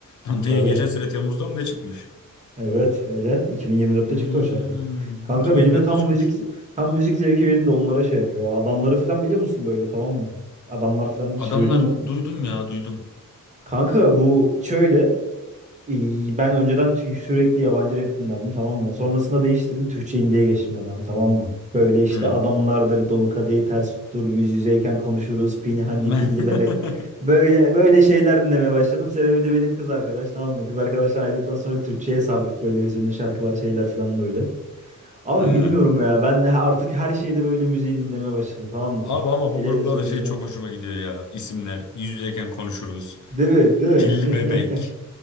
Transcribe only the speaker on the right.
Tabii.
Evet öyle. 2024'te
çıktı o şarkı. Kanka
benim de tam
müzik tam müzik zevki benim de onlara şey yapıyor. Adamları falan biliyor musun böyle tamam mı? Adamlar falan hiç
duydun mu?
Kanka bu şöyle e, ben önceden tü- sürekli yabancı rap dinlerdim tamam mı? Sonrasında değiştirdim Türkçe indie'ye geçtim ben abi tamam mı? Böyle işte
adamlardır dolu kadehi ters tuttur yüz yüzeyken konuşuruz pinhani
pilli bebek böyle böyle şeyler dinlemeye başladım. Sebebi de benim kız arkadaş tamam mı? Kız arkadaştan ayrıldıktan sonra Türkçe'ye sardık böyle hüzünlü şarkılar şeyler falan böyle. Abi
bilmiyorum ya ben de artık her şeyde böyle müziği dinlemeye başladım tamam mı?
Hele
hele son yaşanan.
Değil mi? Değil mi?
<laughs>